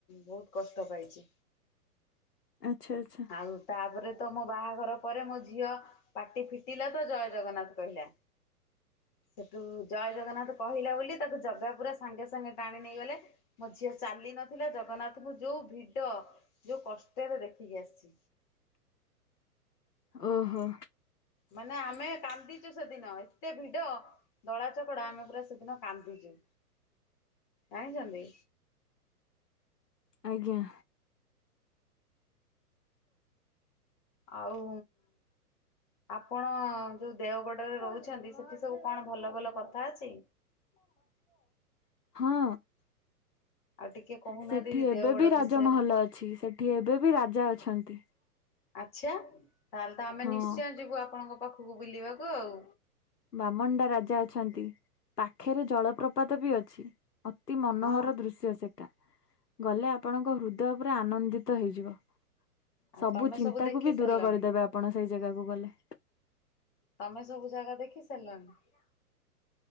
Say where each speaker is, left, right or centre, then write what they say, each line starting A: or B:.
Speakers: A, on the left; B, on the left.
A: ବହୁତ କଷ୍ଟ ପାଇଛି
B: ଆଚ୍ଛା ଆଚ୍ଛା
A: ଆଉ ତାପରେ ତମ ବାହାଘର ତା ପରେ ମୋ ଝିଅ ପାଟି ଫିଟିଲା ତ ଜୟ ଜଗନ୍ନାଥ କହିଲା। ସେଠୁ ଜୟ ଜଗନ୍ନାଥ କହିଲା ବୋଲି, ତାକୁ ଜଗା ପୁରା ସାଙ୍ଗେ ସାଙ୍ଗେ ଟାଣି ନେଇ ଗଲେ, ମୋ ଝିଅ ଚାଲି ନଥିଲା ଜଗନ୍ନାଥଙ୍କୁ, ଯୋଉ ଭିଡ ଯୋଉ କଷ୍ଟରେ ଦେଖିକି ଆସିଛି।
B: ଓହୋ
A: ମାନେ ଆମେ କାନ୍ଦିଚୁ ସେଦିନ, ଏତେ ଭିଡ ଦଳା ଚକଡା, ଆମେ ପୁରା ସେଦିନ କାନ୍ଦିଛୁ। କାହିଁଛନ୍ତି।
B: ଆଜ୍ଞା।
A: ଆଉ ଆପଣ ଯୋଉ ଦେଓଗଡରେ ରହୁଛନ୍ତି, ସେଠି ସବୁ କଣ ଭଲ ଭଲ କଥା ଅଛି। ଅଛ <unintelligible>
B: ହଁ
A: ଆଉ ଟିକେ କହୁନାହାନ୍ତି
B: ସେଠି ଏବେ
A: ଦେଓଗଡ
B: ବି ରାଜମହଲ
A: ବିଷୟରେ।
B: ଅଛି, ସେଠି ଏବେ ବି ରାଜା ଅଛନ୍ତି।
A: ଆଛା, ତାହେଲେ ତ ଆମେ
B: ହଁ
A: ନିଶ୍ଚୟ ଯିବୁ, ଆପଣଙ୍କ ପାଖକୁ ବୁଲିବାକୁ ଆଉ
B: ବାମଣ୍ଡା ରାଜା ଅଛନ୍ତି, ପାଖରେ ଜଳପ୍ରପାତ ବି ଅଛି। ଅତି ମନୋହର
A: ହଁ
B: ଦୃଶ୍ୟ ସେଇଟା। ଗଲେ ଆପଣଙ୍କ ହୃଦୟ ଉପରେ ଆନନ୍ଦିତ ହେଇଯିବ।
A: ଆଉ
B: ସବୁ
A: ତମେ
B: ଚିନ୍ତା
A: ଦେଖି
B: କୁ ବି
A: ସାରିଲଣି।
B: ଦୂର କରିଦେବେ, ଆପଣ ସେଇ ଜାଗାକୁ ଗଲେ।
A: ତମେ ସବୁ ଜାଗା ଦେଖି ସାରିଲଣି?